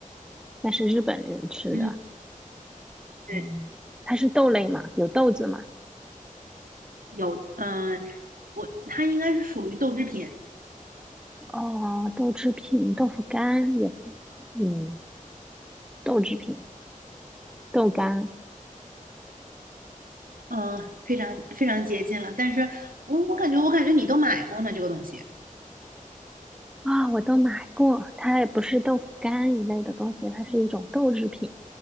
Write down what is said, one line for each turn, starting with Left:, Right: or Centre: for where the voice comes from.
Centre: 那是日本人吃的。
Right: 嗯，对，
Centre: 嗯，它是豆类嘛，有豆子嘛。
Right: 有嗯、呃我它应该是属于豆制品。
Centre: 哦，豆制品、豆腐干也不嗯，豆制品、豆干
Right: 嗯，非常非常接近了。但是我我感觉我感觉你都买过呢，这个东西。
Centre: 啊、我都买过。它也不是豆腐干一类的东西，它是一种豆制品。